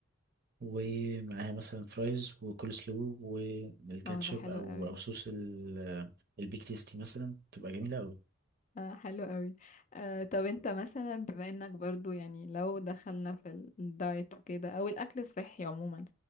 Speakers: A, on the right; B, on the left.
A: ومعاها مثلا فرايز وكول سلو والكاتشب
B: اه ده حلو
A: او
B: قوي
A: او صوص ال- البيك تيستي مثلا تبقى جميلة قوي
B: آه حلو قوي آه طب انت مثلا بما انك برضو يعني لو دخلنا في ال- الدايت وكده او الاكل الصحي عموما